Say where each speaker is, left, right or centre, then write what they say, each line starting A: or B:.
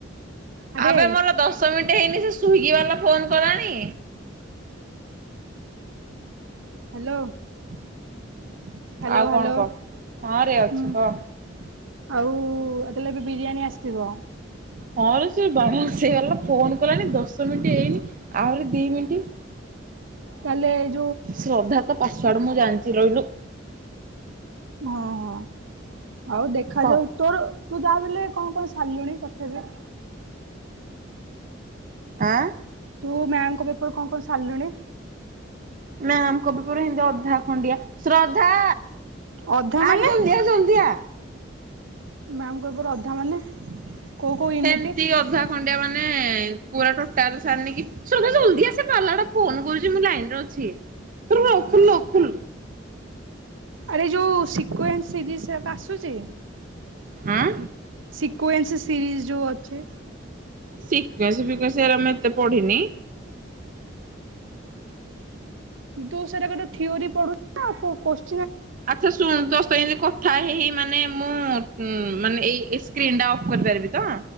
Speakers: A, on the right (about 85°); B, on the right (about 45°).
A: ଆରେ
B: ଆବେ ମୋର ଦସ୍ ଦଶ ମିନିଟ୍ ହେଇନି ସେ ସ୍ଵିଗି ବାଲା ଫୋନ୍ କଲାଣି।
A: ହ୍ୟାଲୋ ହ୍ୟାଲୋ ହ୍ୟାଲୋ ହୁଁ।
B: ଆଉ କଣ
A: ଆଉ
B: କହ?
A: ଏ
B: ହଁ ରେ ଅଛି
A: ତେ
B: କହ
A: ହେଲେ ଏବେ ବିରିୟାନୀ ଆସିଥିବ।
B: ହଁରେ ସେ ବା ଆସିଗଲା ଫୋନ କଲାଣି ଦଶ ମିନିଟ୍ ହେଇନି ଆହୁରି ଦି ମିନିଟି।
A: କଲେଜ୍
B: ଶ୍ରଦ୍ଧା ତା ପାସୱାର୍ଡ ମୁଁ ଜାଣିଛି ରଇଲୁ
A: ହଁ ହଁ ଆଉ ଦେଖାଯାଉ
B: କହ।
A: ତୋର ତୁ ଯାହା ବି ଲେ କଣ କଣ ସାରିଲୁଣି ତଥାପି।
B: ଆଁ।
A: ତୁ ମ୍ୟାାମଙ୍କ ପେପର କଣ କଣ ସାରିଲୁଣି।
B: ମ୍ୟାମ୍ ଙ୍କ ପେପର୍ ହେନ୍ତି ଅଧା ଖଣ୍ଡିଆ ଶ୍ରଦ୍ଧା।
A: ଅଧା
B: ଆ
A: ମାନେ
B: ରେ ଜଲ୍ଦୀ ଆ ଜଲ୍ଦୀ ଆ।
A: ମ୍ୟାମ୍ ଙ୍କ ପେପର୍ ଅଧା ମାନେ କୋଉ କୋଉ ୟୁନିଟ୍
B: ହେମିତି ଅଧା ଖଣ୍ଡିଆ ମାନେ ପୁରା ଟୋଟାଲ ସାରିନି କି ଶ୍ରଦ୍ଧା ଜଲଦି ଆସେ ପାରଲାଟା ଫୋନ କରୁଛି ମୁଁ ଲାଇନରେ ଅଛି ତୋର ଲକ୍ ଖୁଲ୍ ଲକ ଖୁଲ।
A: ଆରେ ଯୋଉ ସିକେନ୍ସ ସିରିଜ ହାକା ଆସୁଚି।
B: ଆଁ
A: ସିକୱେନ୍ସ ସିରିଜ୍ ଯୋଉ ଅଛି।
B: ସିକ୍ୱେନ୍ସ ଫିକୱେସ ମୁ ଏରା ଏତେ ପଢିନି।
A: ଦୁ ସାରା କରେ ଥିଓରି ପଢୁଛ ଆ କୋ କୋତ୍ସ
B: ଆଛା ଶୁଣନ୍ତୁ <unintelligible> ଥା ହେଇ ହେଇ ମାନେ ମୁଁ ମାନେ ଏଇ ଏଇ ସ୍କ୍ରିନ ଟା ଅଫ୍ କରିପାରିବି ତ।